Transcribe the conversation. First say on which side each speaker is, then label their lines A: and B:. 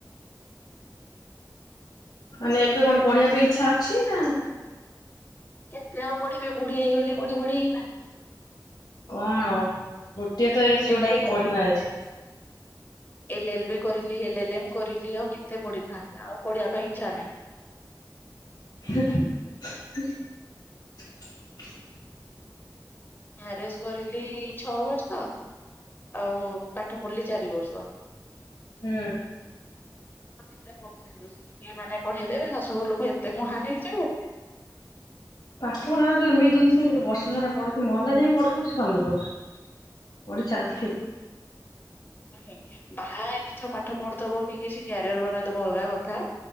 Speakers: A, on the left; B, on the left.
A: ମାନେ ଏବେ କଣ ପଢିବା ପାଇଁ ଇଛା ଅଛି ନା।
B: କତେ ଆଉ ପଢିବି ବୁଢି ହେଇଗଲି ପଢି ପଢି କିନା।
A: କଣ ଗୋଟିଏ ତ ଏଜ୍
B: ଏଲ
A: ଯୋଉଟା
B: ଏଲ ବି
A: କି ପଢିବା ଏଜ୍।
B: ଏଲ ଏଲ୍ ବି କରିଲି ଏଲ ଏଲ ଏମ୍ କରିଲି ଆଉ କେତେ ପଢ଼ିଥାନ୍ତି ଆଉ ପଢ଼ିବା ପାଇଁ ଇଚ୍ଛା ନାହିଁ। <inaudible>
A: <unintelligible>
B: ମ୍ୟାରେଜ କରିଲି ଛଅ ବର୍ଷ। ଆଉ ପାଠ ପଢିଲି ଚାରି ବର୍ଷ।
A: ହୁଁ।
B: ତ କେତେ ପଢୁ ଥିବି ବସିକି କିଏ ମାନେ ପଢେଇଲେ ଶାଶୁର ଲୋକେ ଏ ତେ ମହାନ ହେଇ ଯିବୁ।
A: ପାଠ ପଢା ଗୋଟେ ଏମିତୀ ଜିନିଷ ଯଦି ବର୍ଷ ସାରା ପଢୁଥିବୁ ମଲା ଯାଏ ବି ପଢୁଥିବୁ ସେ ସୁରୁନଥିବ। ପଢି ଚାଲିଥିବୁ।
B: ନାହି ବାହା ହେଇନଥିବ ପାଠ ପଢୁଥୀବ କି କିଛି କ୍ୟାରିଅର ବନେଇ ଦବ ଅଲଗା କଥା।